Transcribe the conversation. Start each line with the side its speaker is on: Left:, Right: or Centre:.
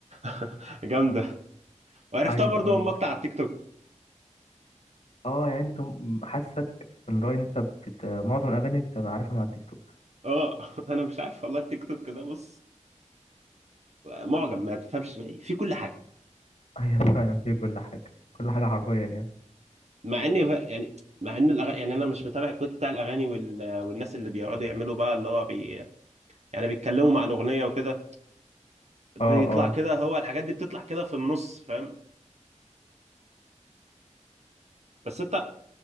Right: <laughs> جامده وعرفتها
Left: ايوه
Right: برضو
Left: ايوه
Right: من مقطع على التيك توك
Left: اه يعني انت م- حاسك ان رأي انت بت... معظم الأغاني بتبقى عارفها من على التيك توك <laughs>
Right: اه <laughs> انا مش عارف والله التيك توك ده بص معجم ما تفهمش بقى إيه. في كل حاجه
Left: ايوه فعلا في كل حاجة كل حاجة حرفيا يعني
Right: مع اني ف- يعني مع ان الأغ... يعني انا مش متابع الكود بتاع الاغاني وال... والناس اللي بيقعدوا يعملوا بقى اللي هو بي... يعني بيتكلموا مع الاغنيه وكده بيطلع
Left: اه اه
Right: كده هو الحاجات دي بتطلع كده في النص فاهم بس انت